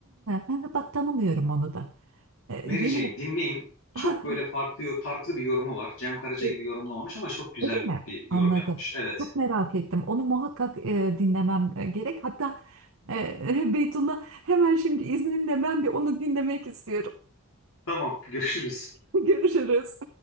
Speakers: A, on the right (about 65°); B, on the left (about 65°).
A: he, bak tanımıyorum onu da. E,
B: Mary
A: Yeni,
B: Jane dinleyin.
A: <laughs>
B: Çok
A: ha,
B: böyle farklı farklı bir yorumu var. Cem Karaca
A: e,
B: gibi yorumlamamış ama çok güzel
A: öyle mi?
B: bir
A: Anladım.
B: yorum yapmış. Evet.
A: Çok merak ettim. Onu muhakkak e, dinlemem e, gerek. Hatta e, <laughs> Beytullah hemen şimdi izninle ben bir onu dinlemek istiyorum.
B: Tamam <laughs> görüşürüz.
A: <laughs> Görüşürüz.